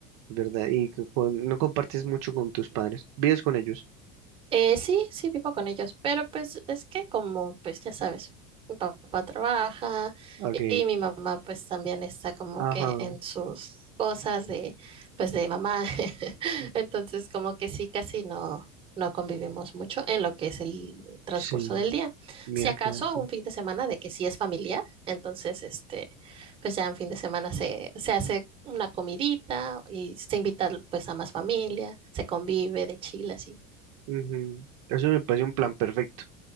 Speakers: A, on the right; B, on the right.
A: es verdad, y que con- no compartes mucho con tus padres, vives con ellos.
B: Eh, sí, sí, vivo con ellos, pero pues es que como, pues ya sabes, mi papá trabaja
A: Ok,
B: y, y mi mamá pues también está como
A: ajá,
B: que en sus cosas de, pues de mamá. <laughs>
A: mm,
B: Entonces como que sí, casi no, no convivimos mucho en lo que es el transcurso
A: sí,
B: del día.
A: mira
B: Si acaso
A: qué bonito.
B: un fin de semana de que sí es familiar, entonces este, pues ya en fin de semana se, se hace una comidita y se invita pues a más familia, se convive de chill así.
A: Ujú, Eso me parece un plan perfecto.